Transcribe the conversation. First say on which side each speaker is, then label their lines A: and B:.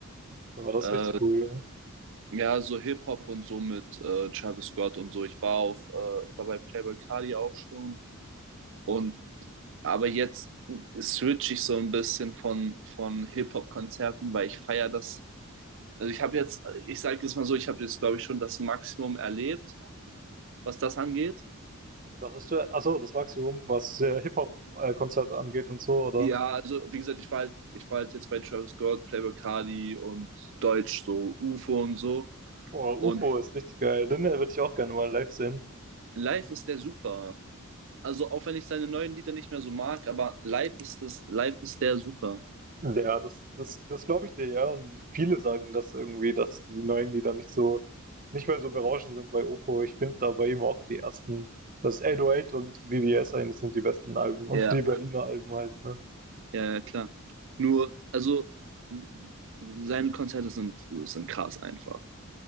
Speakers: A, on the right (about 40°); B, on the right (about 60°).
A: Dann war das
B: Äh,
A: richtig cool, ja?
B: ja, so Hip-Hop und so mit äh, Travis Scott und so. Ich war auf, äh, ich war bei Playboi Carti auch schon. Und aber jetzt switch ich so ein bisschen von, von Hip-Hop-Konzerten, weil ich feiere das. Also ich habe jetzt, ich sage jetzt mal so, ich habe jetzt, glaube ich, schon das Maximum erlebt, was das angeht.
A: Das ist ja, ach so, das Maximum, was äh, Hip-Hop-Konzert angeht und so, oder?
B: Ja, also wie gesagt, ich war halt, ich war halt jetzt bei Travis Scott, Playboi Carti und Deutsch, so UFO und so.
A: Oh,
B: Und
A: UFO ist richtig geil. Den äh, würde ich auch gerne mal live sehen.
B: live ist der super. Also auch wenn ich seine neuen Lieder nicht mehr so mag, aber live ist das, live ist der super.
A: Mhm. Ja, das, das, das glaube ich dir, ja. Und viele sagen das irgendwie, dass die neuen Lieder nicht so, nicht mehr so berauschend sind bei UFO. Ich finde da bei ihm auch die ersten, das ist 808 und VVS eigentlich sind die besten Alben und
B: Ja.
A: die Berliner Alben halt, ne?
B: Ja, ja, klar. Nur, also seine Konzerte sind, sind krass einfach.